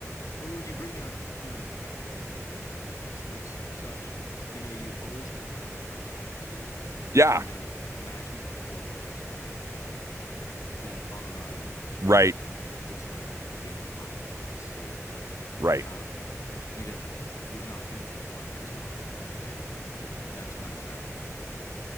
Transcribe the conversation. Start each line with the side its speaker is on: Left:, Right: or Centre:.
Left: But when you bring up you know traveling and doing fitness tests and such, you know you always have to remember altitude.
Right: Yeah,
Left: You know, like imagine going to a place like uh, you know Colorado where
Right: right,
Left: you know it's known for being a mile high state
Right: right.
Left: um, you know, you're not going to perform as well somewhere there. As that's another factor.